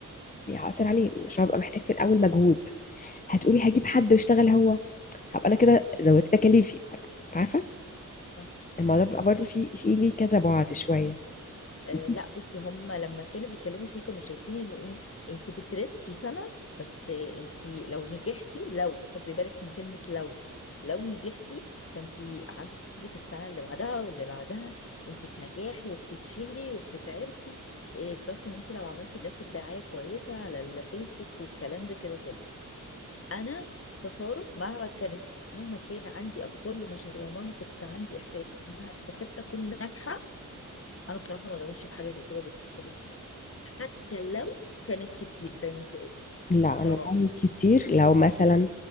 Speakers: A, on the left (about 25°); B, on the left (about 45°).
A: يعني هأثر عليه مش هبقى محتاج في الاول مجهود هتقولي هجيب حد يشتغل هو هبقى انا كده زودت تكاليفي عارفه
B: صح.
A: الموضوع بيبقى برضه في في ليه كذا بعد شويه
B: آه
A: بس-
B: لا بصي هم لما كانوا بيتكلموا فيه كانوا شايفين انه ايه انت بترسكي سنة بس آه، انت لو نجحتي لو خدي بالك من كلمة لو لو نجحتي فانت عندك السنة اللي بعدها واللي بعدها انت في نجاح وبتتشهري وبتتعرفي آه بلس ان انت لو عملتي لنفسك دعاية كويسة على الفيسبوك والكلام ده كده كله انا كساره مهما كانت مهما كان عندي افكار لمشاريع ومهما كنت عندي احساس انها تكاد تكون ناجحه انا بصراحه ما غامرش بحاجه زي كده بالفلوس اللي معايا حتى لو كانت كتير زي ما انت قلتي
A: لا
B: صراحه
A: انا بعمل كتير لو مثلا